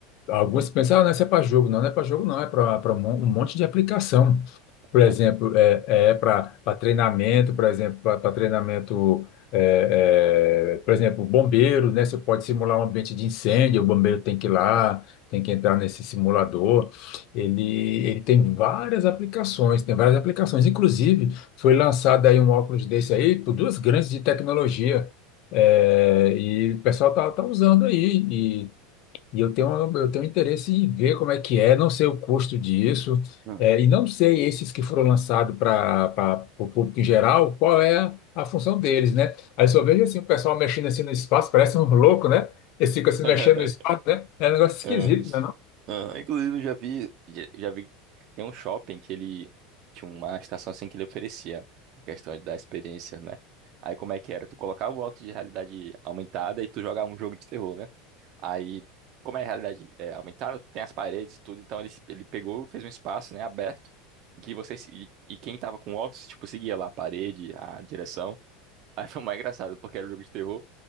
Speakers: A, on the left; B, on the right.
A: Alguns pensam, ah, não, isso é para jogo. Não, não é para jogo, não. É para um monte de aplicação. Por
B: Também.
A: exemplo, é, é para treinamento, por exemplo, para treinamento, é, é, por exemplo, bombeiro, né? Você pode simular um ambiente de incêndio, o bombeiro tem que ir lá, tem que entrar nesse simulador. Ele, ele tem várias aplicações, tem várias aplicações. Inclusive, foi lançado aí um óculos desse aí por duas grandes de tecnologia. É, e o pessoal tá, tá usando aí e eu tenho, eu tenho interesse em ver como é que é, não sei o custo disso,
B: Hum.
A: é, e não sei esses que foram lançados para o público em geral, qual é a função deles, né? Aí só vejo assim, o pessoal mexendo assim no espaço, parece um louco, né? Eles ficam se
B: <laughs>
A: mexendo no espaço, né? É um negócio esquisito,
B: É,
A: né? Não?
B: é, Inclusive, eu já vi, já, já vi, tem um shopping que ele tinha uma estação assim que ele oferecia, questão da experiência, né? Aí como é que era? Tu colocava o óculos de realidade aumentada e tu jogava um jogo de terror, né? Aí, como é realidade é, aumentada, tem as paredes e tudo, então ele, ele pegou, fez um espaço, né, aberto, em que você, se- e, e quem tava com óculos, tipo, seguia lá a parede, a direção. <laughs> Aí foi mais engraçado, porque era um jogo de terror.